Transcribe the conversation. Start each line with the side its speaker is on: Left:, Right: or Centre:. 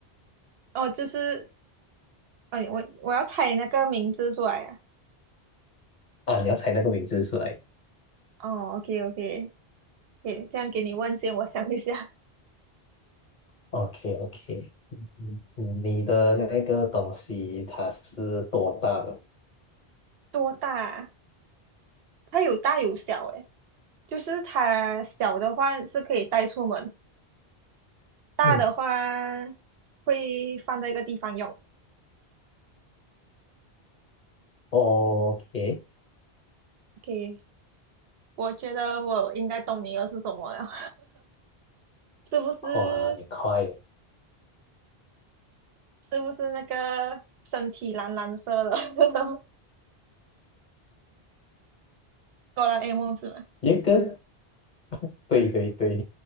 Right: 哦，就是，哎，我我要猜那个名字出来呀、
Left: 啊，你要猜那个名字出来。
Right: 哦，OK OK，可以这样给你问先，我想一下，
Left: o k o k 嗯，嗯你的那个东西它是多大的？
Right: 多大啊？它有大有小诶，就是它小的话是可以带出门，大的话
Left: 嗯
Right: 会放在一个地方用。
Left: ，OK，
Right: OK，我觉得我应该懂你的是什么了，<laughs> 是不是？
Left: 哇，你快耶！
Right: 是不是那个身体蓝蓝色的 <laughs> 哆啦 A 梦是吗？
Left: 一个，对对对，